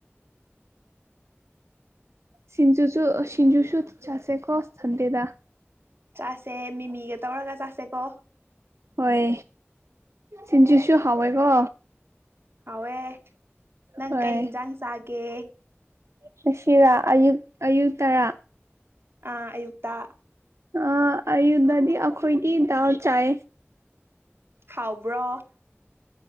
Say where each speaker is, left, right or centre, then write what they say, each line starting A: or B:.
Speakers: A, on the right; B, on the right.
A: ꯁꯤꯡꯖꯨꯁꯨ ꯁꯤꯡꯖꯨꯁꯨ ꯆꯥꯁꯦ ꯀꯣ ꯁꯟꯗꯦꯗꯥ
B: ꯆꯥꯁꯦ ꯃꯤꯃꯤꯒ ꯇꯧꯔꯒ ꯆꯥꯁꯦꯀꯣ
A: ꯍꯣꯏ ꯁꯤꯡꯖꯨꯁꯨ ꯍꯥꯎꯋꯦꯀꯣ
B: ꯍꯎꯋꯦ ꯅꯪ
A: ꯍꯣꯏ
B: ꯀꯩ ꯏꯟꯖꯥꯡ ꯆꯥꯒꯦ
A: ꯉꯁꯤꯔꯥ ꯑꯌꯨꯛ ꯑꯌꯨꯛ ꯇꯔꯥ
B: ꯑꯥ ꯑꯌꯨꯛꯇ
A: ꯑ ꯑꯌꯨꯗꯗꯤ ꯑꯩꯈꯣꯏꯗꯤ ꯗꯥꯜ ꯆꯥꯏ
B: ꯍꯥꯎꯕ꯭ꯔꯣ